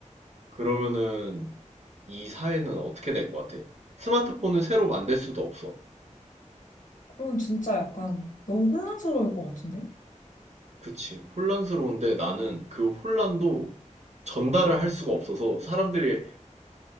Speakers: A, on the right (about 60°); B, on the left (about 85°).
A: 그러면은 이 사회는 어떻게 될 것 같아? 스마트폰을 새로 만들 수도 없어.
B: 그럼 진짜 약간 너무 혼란스러울 것 같은데?
A: 그치. 혼란스러운데 나는 그 혼란도 전달을 할 수가 없어서 사람들이